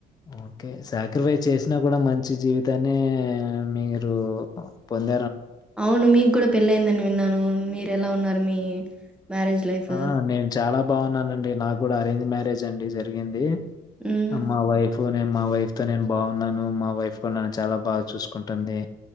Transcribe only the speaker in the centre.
అవును మీకు కూడా పెళ్ళైదని విన్నాను మీరు ఎలా ఉన్నారు మీ మ్యారేజ్ లైఫు?
హ్మ్.